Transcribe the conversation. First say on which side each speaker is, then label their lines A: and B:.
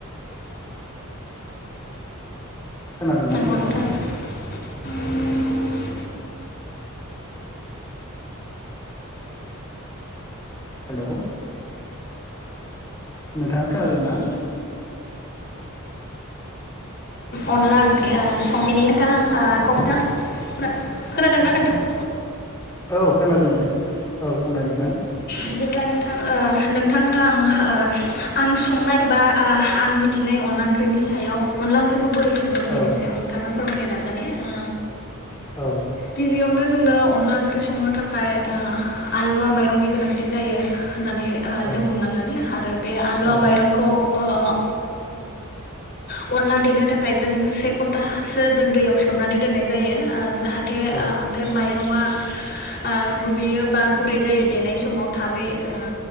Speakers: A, on the left; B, on the left.
A: खोनादोंना
B: नोंगौ
A: नोंथाङा
B: नोंथां। <inaudible>
A: हेल' नोंथाङा खोनादों ना?
B: अनला ओंख्रि <unintelligible> खोनादोंना नोंथां
A: औ खोनादों दे औ बुंनाय नोंथां।
B: बिदिब्ला नोंथां नोंथांनो ओ ओ आं आं संनाय बा आं मिथिनाय अनला ओंख्रिनि सायाव अनला ओंख्रि बोरै सङो बेनि
A: औ
B: सायाव नोंथांनो फोरमायनो नाजागोन । जानि ओ
A: औ
B: गिबियावनो जोंनो अनला ओंख्रि संनो थाखाय ओ आलुवा माइरंनि गोनांथि जायो होननानै ओ
A: औ
B: जों बुंनांगोन आरो बे आलुवा
A: औ
B: माइरंखौ ओ अनला देनो थाखाय जों से घन्टासो जों दैयाव सोमनानै दोननाय जायो ओ जाहाथे
A: औ
B: बे माइरंआ ओ रुइयो बा गुरै जायो देनाय समाव थाबै ओ